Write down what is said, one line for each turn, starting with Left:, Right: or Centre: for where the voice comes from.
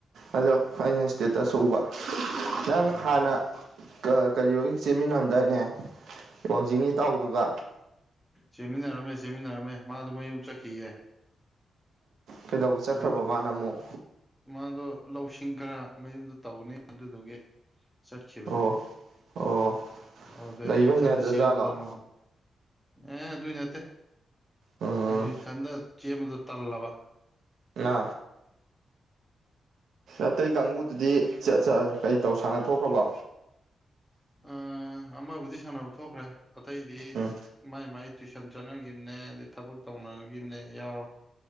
Right: ꯑꯗꯣ ꯑꯩꯅ ꯏꯁꯇꯦꯇꯁ ꯎꯕ ꯅꯪ
Centre: ꯑꯣ
Right: ꯍꯥꯟꯅ ꯀꯔꯤ ꯑꯣꯏ ꯆꯦꯟꯃꯤꯟꯅꯝꯗꯥꯏꯅꯦ ꯋꯥꯡꯖꯤꯡ ꯏꯇꯥꯎꯗꯨꯒ
Centre: ꯁꯦꯝꯃꯤꯟꯅꯔꯝꯃꯦ ꯆꯃꯤꯟꯅꯔꯝꯃꯦ ꯃꯥꯗꯨ ꯃꯌꯨꯝ ꯆꯠꯈꯤꯌꯦ
Right: ꯀꯩꯗꯧꯕ ꯆꯠꯈ꯭ꯔꯕ
Centre: ꯑꯗꯨꯗꯨꯒꯤ
Right: ꯃꯥꯅ ꯑꯃꯨꯛ
Centre: ꯃꯥꯗꯣ ꯂꯧꯁꯤꯡ ꯈꯔ ꯃꯌꯨꯝꯗ ꯇꯧꯅꯤ ꯑꯗꯨꯗꯨꯒꯤ ꯆꯠꯈꯤꯕꯅꯦ
Right: ꯑꯣ ꯑꯣ
Centre: ꯑꯗꯨꯗꯩ
Right: ꯂꯩꯕ
Centre: ꯏꯊꯟꯇ
Right: ꯍꯩꯅꯗ꯭ꯔꯖꯥꯠꯂꯣ
Centre: ꯆꯦꯟꯕꯗ ꯅꯨꯡꯉ ꯑꯦ ꯑꯗꯨꯏ ꯅꯠꯇꯦ
Right: ꯎꯝ
Centre: ꯑꯩ ꯏꯊꯟꯇ ꯆꯦꯟꯕꯗꯣ ꯇꯜꯂꯕ
Right: ꯑ ꯑꯇꯩ ꯀꯥꯡꯕꯨꯨꯗꯨꯗꯤꯠ ꯆꯠ ꯀꯩ ꯇꯧ ꯁꯥꯟꯅ ꯊꯣꯛꯈ꯭ꯔꯕꯣ
Centre: ꯑ ꯑꯃꯕꯨꯗꯤ ꯁꯥꯟꯅꯕ ꯊꯣꯛꯈ꯭ꯔꯦ ꯑꯇꯩꯗꯤ
Right: ꯎꯝ
Centre: ꯃꯥꯏ ꯃꯥꯏ ꯇꯨꯏꯁꯟ ꯆꯠꯅꯒꯤꯈꯤꯕꯅꯦ ꯑꯗꯩ ꯊꯕꯛ ꯇꯧꯅꯒꯤꯅꯦ ꯌꯥꯎꯔꯣ